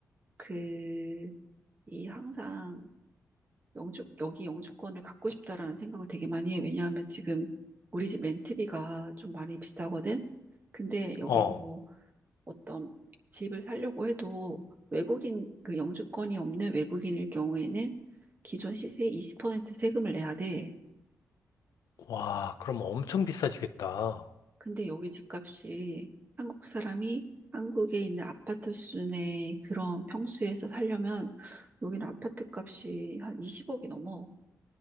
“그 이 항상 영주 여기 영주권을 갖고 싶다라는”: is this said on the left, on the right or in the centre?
Right